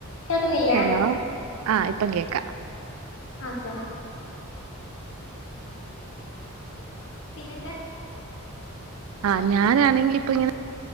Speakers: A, on the left; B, on the right.
A: കേൾക്കുന്നില്ലേ
B: ഹലോ? ആഹ് ഇപ്പം കേക്കാം.
A: ഓക്കെ. പിന്നെന്താ
B: ആ ഞാൻണെങ്കിൽ ഇപ്പ ഇങ്ങനെ